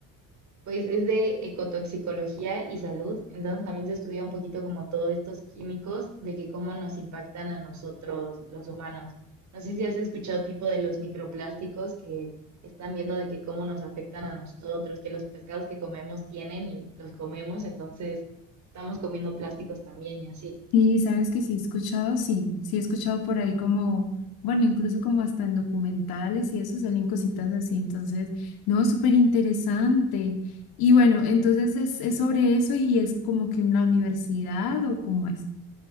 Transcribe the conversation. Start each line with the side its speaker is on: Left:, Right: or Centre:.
Right: Pues es de ecotoxicología y salud, entonces también se estudia un poquito como todos estos químicos de que cómo nos impactan a nosotros los humanos. No sé si has escuchado tipo de los microplásticos que están viendo de que cómo nos afectan a nosotros, que los pescados que comemos tienen y los comemos, entonces estamos comiendo plásticos también y así.
Left: Y sabes que sí he escuchado, sí, sí he escuchado por ahí como, bueno, incluso como hasta en documentales y eso salen cositas así, entonces, no, súper interesante. Y bueno, entonces es, es sobre eso y es como que en la universidad o cómo es.